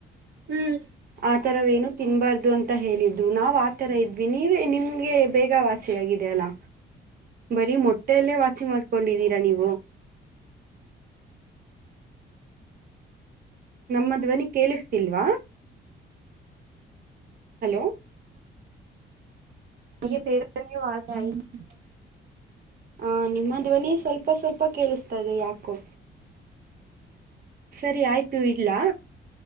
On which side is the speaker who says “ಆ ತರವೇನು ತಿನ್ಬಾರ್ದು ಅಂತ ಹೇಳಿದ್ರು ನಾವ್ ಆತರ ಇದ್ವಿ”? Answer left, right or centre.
Right